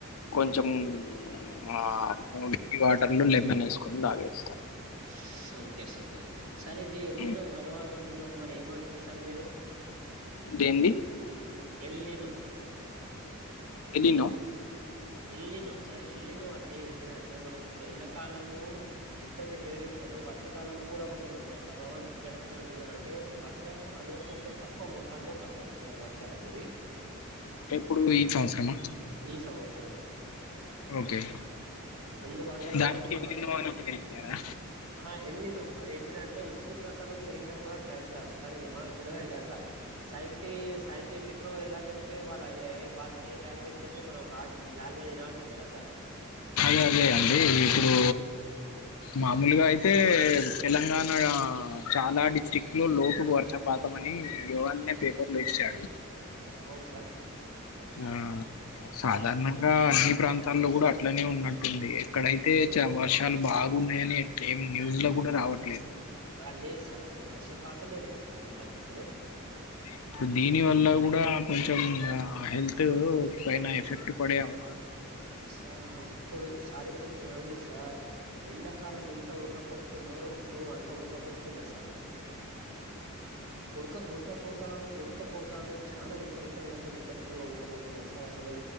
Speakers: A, on the left; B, on the right.
A: కొంచెం ఆ ఓన్లీ ఈ వాటర్ లో లెమన్ ఏసుకొని దాగెస్తా
B: స్ సోకే సోకే సర్ ఇది ఎల్నినో
A: ఉమ్.
B: ప్రభావం ఏమన్ టున్నారు మరి ఏమంటర్ సర్ మీరు
A: దేంది
B: El Nino
A: El Nino
B: El Nino sir El Nino అంటే ఏంటిదంటే మనకి ఇప్పుడు ఎండాకాలము ఎంతైతే వేడి ఉం టుదో వర్షకాలం కూడా కొంచెం అంతే ప్రభావం చూపెడ్తదని అంటున్నారు అంటే వర్షం అనేది కొంచెం తక్కువ మొ మోతాదులో పడతాయాట సార్ వర్షాలంటివి
A: ఎప్పుడు ఈ సంవత్సరమా?
B: ఈ సంవత్సరము.
A: ఓకే
B: అందువల్ల ఏంటిదంటే
A: దానికి ఎలినో
B: వర్ష
A: అని పేరు ఇచ్చారా
B: ఆహ ఎల్నినో అదేంటిదంటే ఉష్ణోగ్రతలు పెరిగినప్ పుడట్లయితదాట సార్ ఇగ మనకి తెలివలే గద సార్ సైంటి సైంటిఫిక్ లో ఇలా చెప్తే వాళ్ళు ఐల ఏ వాళ్ళు ఏ లాంగ్వేజ్ పెడితే మనం వాడ్ లాంగ్వేజ్ వినాల్సిందే కద సార్
A: గదే అండి ఇప్పుడు మామూలుగా అయితే తెలంగాణ చాలా డిస్టిక్ట్ లో లోటు వర్షపాతం వని ఇవాల్నే పేపర్ లో ఇచ్చాడు
B: అవును సార్
A: ఆ సాధారణంగా అన్ని ప్రాంతాల్లో కూడా అట్లనే ఉన్నట్టుంది ఎక్కడైతే చ వర్షాలు బా గున్నాయని ఎట్ల్ ఏం న్యూస్ ల కూడా రావట్
B: రా లేదు సార్ అసలు వర్షపాతమే లేదు సార్ మొత్తానికి అసలు
A: ఇప్పుడు దీని వల్ల కూడా కొంచెం ఆ హెల్తూ పైనా ఎఫెక్ట్ పడే అవ్
B: సార్ ఇప్పుడు సార్ ఇప్పుడు చూరండి సార్ ఎండాకాలం ఎంత ఉడకపోస్తుందో ఇప్పుడు అంత ఉడకపోస్తున్నద్ సార్ ఉడక ఉడక పోత ఉడుక్ ఉడకపోతానే చానా విపరీతంగా అంతా విపరీతంగా ఉడకపోతున్నాద్ సార్ అసలు